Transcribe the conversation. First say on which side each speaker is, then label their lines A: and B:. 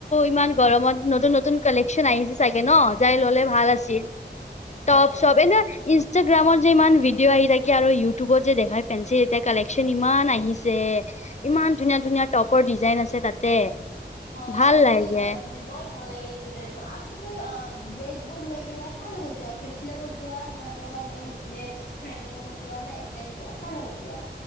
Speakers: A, on the left (about 40°); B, on the left (about 60°).
A: ইমান গৰমত নতুন নতুন কালেকচন আহিছে চাগে ন, যাই ললে ভাল আছিল। টপ
B: হয়
A: চপ,
B: হয়
A: এনে ইচ ইনষ্টাগ্ৰামত যে ইমান ভিডিঅ আহি থাকে আৰু ইউটিউবত যে দেখাই ফেঞ্চিল এতিয়া কালেকচন ইমান আহিছে, ইমান ধুনীয়া ধুনীয়া টপৰ ডিজাইন আছে তাতে
B: হয়
A: ভাল
B: হয়, ঠিকে
A: লাগে
B: কলা তুমি বৰ ভাল লাগে এইটো ড্ৰেছবোৰ আৰু তুমি অ ড্ৰেছ বোৰ লৈকে মানে কাৰ লগত যোৱা ফেমিলি লগত যোৱা মানহ মানে নিজে? ফ্ৰেণ্ডৰ লগত যোৱা নে একলাই যোৱা? কাৰ লগত যোৱা?